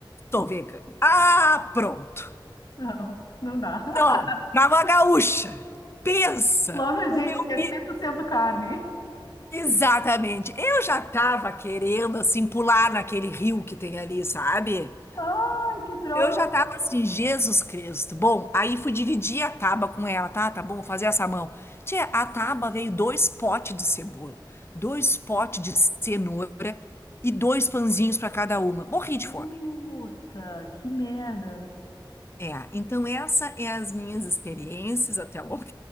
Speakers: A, on the left; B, on the left.
A: sou vegana. Ah, pronto.
B: <laughs> Não, não dá. <laughs>
A: Não, pra uma gaúcha. Pensa
B: Logo a
A: o
B: gente
A: meu.
B: que é
A: ni-
B: 100% carne.
A: Exatamente. Eu já tava querendo, assim, pular naquele rio que tem ali, sabe?
B: Ai, que droga.
A: Eu já tava assim, Jesus Cristo. Bom, aí fui dividir a tábua com ela, tá? Tá bom, vou fazer essa mão. Tia, a tábua veio dois potes de cebola, dois potes de cenoura e dois pãezinhos para cada uma. Morri de
B: Puta,
A: fome.
B: que merda.
A: É, então essa é as minhas experiências até o momento.